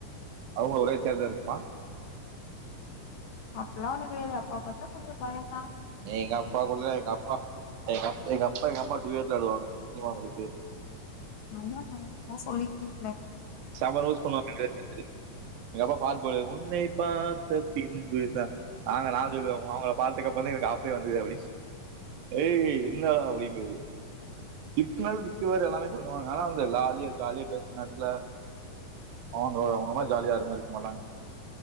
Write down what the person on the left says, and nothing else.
அப்பில்லா ஒன்னு கெடயாது அப்பாவ பாத்தா கொஞ்சொ பயந்தா
அதா நார்மலா சொல்லிர்க்கிங்களே